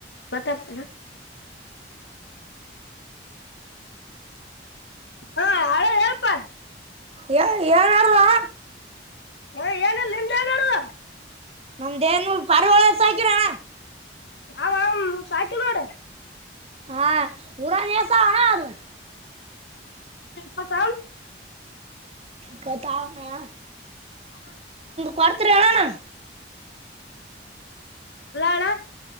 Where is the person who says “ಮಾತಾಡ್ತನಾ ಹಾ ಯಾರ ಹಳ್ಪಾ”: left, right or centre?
Left